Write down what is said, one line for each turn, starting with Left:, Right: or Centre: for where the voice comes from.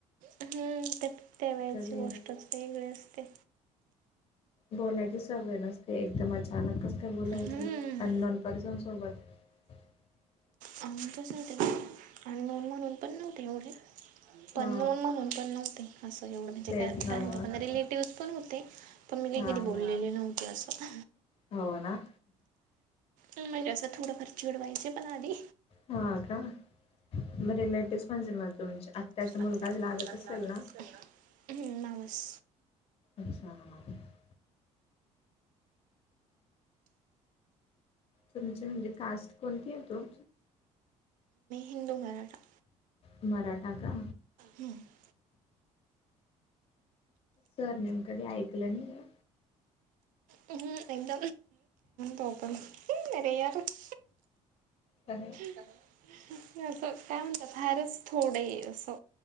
Right: हम्म ते ते व्हायची
Left: कधी
Right: गोष्टच वेगळी असते.
Left: बोलायचे सवय नसते एकदम अचानक कस काय बोलायचं
Right: हं.
Left: अननॉन पर्सन सोबत <inaudible>
Right: अ त आणि नन म्हणून पण नव्हते एवढे पण
Left: हा
Right: नोन म्हणून पण नव्हते. असं एवढं म्हणजे
Left: तेच ना मग
Right: पण रिलेटिव्ह पण होते पण मी
Left: हा हा
Right: नव्हती असं
Left: हो ना.
Right: ह म्हणजे असंथडं फार चुडवायचे पणाली
Left: हां का? मग रिलेटिव्हज म्हणजे मग तुमच्या आत्याचा मुलगाच
Right: आजच
Left: लागत
Right: मुलग
Left: असेल
Right: लागतच्
Left: ना?
Right: नमस्
Left: अच्छा ह <inaudible> तुमची म्हणजे कास्ट कोणती आहे तु-'
Right: हिंदू मराठा.
Left: मराठा का
Right: हम्म <inaudible>
Left: सर नेमकडे ऐकलं नाही. आहे.
Right: हम् एंद तोकर यार <inaudible>
Left: का
Right: असं काय म्हणतात फहेारच थोडं असं